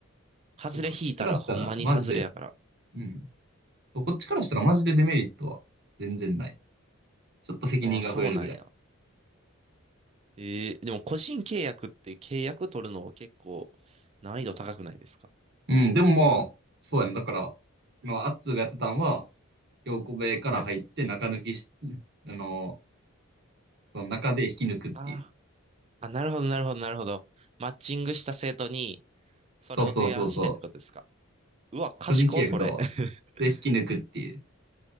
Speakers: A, on the right; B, on the right.
A: 外れ引いたらほんまに外れやから。
B: でこっちからしたら、マジで、うん。こっちからしたらマジでデメリットは全然ない。ちょっと責任が増えるぐらい。
A: ああ、そうなんや。えー、でも個人契約って契約取るの結構難易度高くないですか
B: うん、でもまあ、そうやん、だから、まあ、アッツーがやってたんは、京子部屋から入って中抜きし、
A: はい。
B: <laughs> あの、その中で引き抜くっていう。
A: ああ、あ、なるほど、なるほど、なるほど。マッチングした生徒に、それを提案してってことですか。
B: そうそうそうそう。
A: うわ、賢い、
B: 個人契約と、
A: それ。<laughs>
B: で引き抜くっていう。